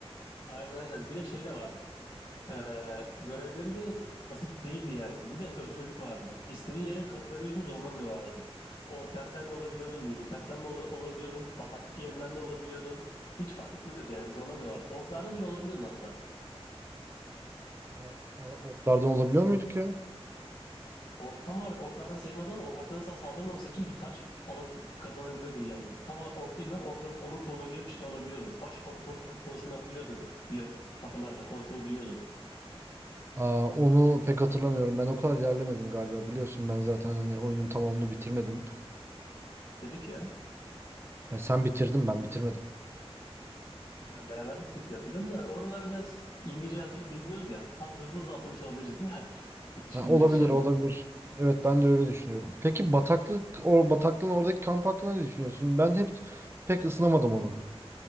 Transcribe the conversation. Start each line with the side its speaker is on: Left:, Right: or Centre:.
Left: aynen aynen bir de şey de vardı. Ee, görevleri de basit değildi yani. Bir de özgürlük vardı. İstediğin yere katılabiliyordun zorlamıyorlardı. Old Kent'ten de olabiliyordun, New Kent'ten de ola- olabiliyordun, bataklık yerinden de olabiliyordun. Hiç fark etmiyordu yani zorlamıyorlardı. Orklardan bile olabiliyordun hatta.
Right: Ya, a- Orklardan olabiliyor muyduk ya?
Left: Ork, tam olarak orklardan sayılmaz ama orkların sana saldırmaması için bir taç alabi- kazanabiliyordun yani. Tam olarak ork değil lan orkların onur konuğu gibi bir şey olabiliyordun. Baş ork kon- konuşmayı hatırlıyordu. Biliyor, hatırlarsan konuşmayı biliyordu.
Right: Aa, onu pek hatırlamıyorum. Ben o kadar ilerlemedim galiba. Biliyorsun ben zaten hani oyunun tamamını bitirmedim.
Left: Dedik ya.
Right: Yani sen bitirdin ben bitirmedim.
Left: Ben beraber gidecek diye hatırlıyorum da oraları biraz İngilizce hatırlı bilmiyoruz ya. Hız- Hızlı hızlı atlamış olabiliriz ya. <laughs> Hiç
Right: Ha,
Left: bilme
Right: olabilir
Left: şey yapmadım.
Right: olabilir. Evet ben de öyle düşünüyorum. Peki bataklık o bataklığın oradaki kamp hakkında ne düşünüyorsun? Ben hep pek ısınamadım onu.